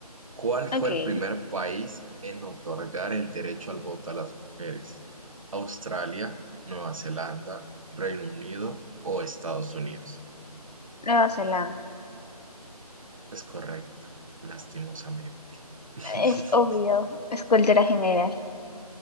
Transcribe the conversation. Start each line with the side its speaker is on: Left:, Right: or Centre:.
Right: ¿Cuál fue
Left: Ok,
Right: el primer país en otorgar el derecho al voto a las mujeres? ¿Australia, Nueva Zelanda, Reino Unido o Estados Unidos?
Left: Nueva Zelanda.
Right: Es correcto, lastimosamente. <laughs>
Left: Es obvio, es cultura general.